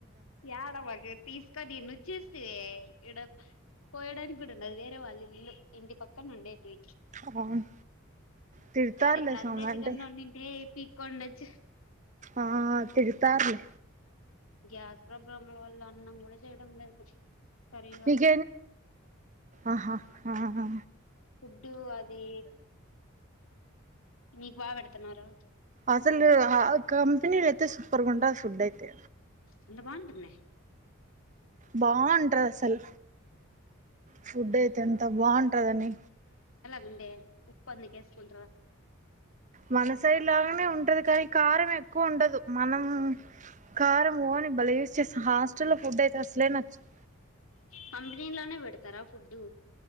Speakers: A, on the left (about 85°); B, on the right (about 35°).
A: యాడ మగ తీస్ క దీన్ని చూస్తే ఇడ కోయడానికి కూడా ఉండది వేరే వాళ్ళు ఇల్లు ఇంటి పక్కన ఉండేటివి
B: అవును తిడతారులే
A: యాడ ఇట్లా
B: సోమ
A: అందేటి
B: అంటే
A: కన్నా ఉన్నింటే పీక్ కొండొచ్చ
B: ఆ తిడుతారులే
A: గ్యాస్ ప్రాబ్లంల వల్ల అన్నం కూడా చేయడం లేదు సరిగా
B: ఇక ఆహా హా
A: ఫుడ్డు అది మీకు బాగా పెడుతున్నారు
B: అసలు ఆ కంపెనీల అయితే సూపర్ గుంట ఫుడ్ అయితే
A: అంత బంటకునే
B: బాంటది అసలు ఫుడ్ అయితే అంత బాగుంటదని
A: ముండే ఉప్పందని కేేసుకుంట్ర
B: మన సైడ్ లాగానే ఉంటది కానీ కారం ఎక్కువ ఉండదు. మనం కారం ఓన్లీ భలే యూజ్ చేస్తాం. హాస్టల్లో ఫుడ్ అయితే అసలే నచ్చద్
A: కంపెనీ లోనే పెడతారా ఫుడ్డు